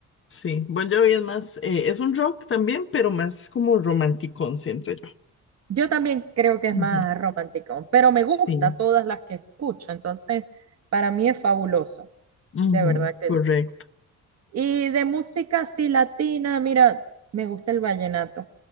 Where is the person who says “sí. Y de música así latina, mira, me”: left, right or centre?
Right